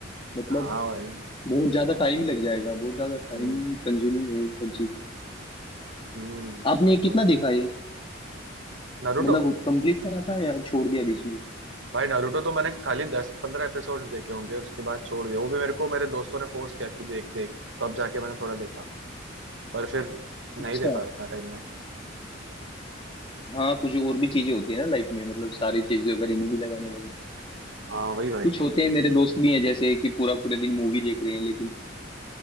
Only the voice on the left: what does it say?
मतलब
बहुत ज्यादा टाइम ही लग जाएगा बहुत ज्यादा
टाइम कंज्यूमिंग है ये सब चीज
आपने कितना
देखा ये
मतलब कंप्लीट करा था या छोड़ दिया बीच में
अच्छा
हाँ कुछ और भी चीजें होती है ना लाइफ में मतलब सारी चीजें अगर इनमें ही लगाने लगे
कुछ होते हैं मेरे दोस्त भी हैं जैसे कि पूरा पूरे दिन मूवी देख रहे हैं लेकिन